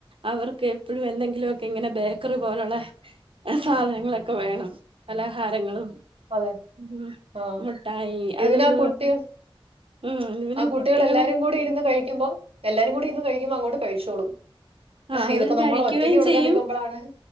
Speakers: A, on the right (about 65°); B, on the right (about 80°).
A: അവർക്ക് എപ്പോഴും എന്തെങ്കിലും ഒക്കെ ഇങ്ങനെ ബേക്കറി പോലുള്ള സാധനങ്ങളൊക്കെ വേണം പലഹാരങ്ങളും
B: അതെ
A: ഉം
B: ആഹ്
A: മുട്ടായി
B: ഇത്
A: അതും
B: പിന്നെ
A: ഇതുമൊക്കെ
B: ആ കുട്ടി
A: ഉം പിന്നെ
B: ആ കുട്ടികളല്ലാരും
A: കുട്ടികളെ
B: കൂടി ഇരുന്ന് കഴിക്കുമ്പോം എല്ലാരും കൂടി ഇരുന്ന് കഴിക്ക <unintelligible> കഴിച്ചോളും
A: ആ അവര്
B: ഇതിപ്പോ
A: കഴിക്കുകയും
B: നമ്മൾ ഒറ്റയ്ക്ക് കൊടുക്കാൻ
A: ചെയ്യും
B: നിക്കുമ്പോഴാണ്